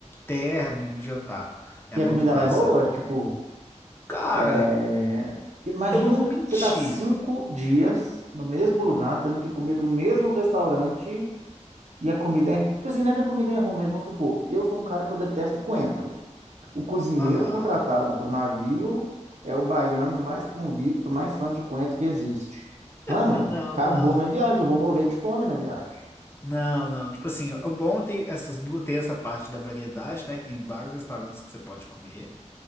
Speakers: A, on the left; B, on the right.
A: terno e no jantar. É
B: E
A: muito
B: a comida
A: massa.
B: lá é boa? Tipo,
A: Cara,
B: é, imagina
A: eu não vou mentir.
B: você tá cinco dias no mesmo lugar, tendo que comer do mesmo restaurante e a comida é. Tipo assim, não é que a comida é ruim, mas vamos supor, eu sou um cara que eu detesto coentro. O cozinheiro
A: Aham.
B: contratado para o navio é o baiano mais convicto, mais fã de coentro que existe. Mano,
A: Ah, Não,
B: acabou
A: não,
B: minha viagem, eu vou morrer de fome na viagem.
A: não, não. Tipo assim, o bom tem essas duas, tem essa parte da variedade, né? Que tem vários restaurantes que você pode comer.